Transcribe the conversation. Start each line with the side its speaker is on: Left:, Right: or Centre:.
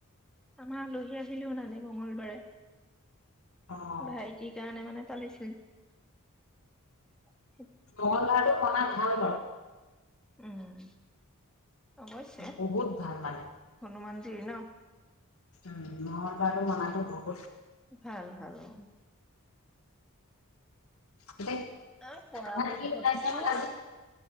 Centre: আমা আলহী আহিলেও নানে মঙলবাৰে।
Left: অ',
Centre: ভাইটি কাৰণে মানে পালিছ <unintelligible>
Left: মন ধৰাটো শনা ন ভাল ব
Centre: উম। অৱশ্যে,
Left: বহুত ভাল মানে
Centre: হনুমান তৃণ
Left: উম, মঙলবাৰটো <unintelligible>
Centre: ভাল ভাল অ
Left: এতিয়া
Centre: অ, পৰাপক্ষতটো,
Left: খানা কি বনাইছে বা আজি